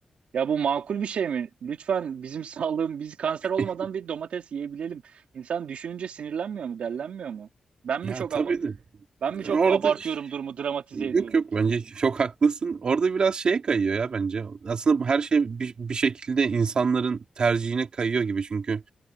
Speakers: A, on the right; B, on the right.
A: Ya bu makul bir şey mi? Lütfen bizim <laughs> sağlığım biz kanser
B: <laughs>
A: olmadan bir domates yiyebilelim. İnsan düşününce sinirlenmiyor mu, dellenmiyor mu? Ben
B: Ya
A: mi çok
B: tabii
A: aba-
B: de
A: ben mi çok
B: orada
A: abartıyorum durumu, dramatize
B: Yok
A: ediyorum?
B: yok bence çok haklısın. Orada biraz şeye kayıyor ya bence. Aslında bu her şey bir, bir şekilde insanların tercihine kayıyor gibi. Çünkü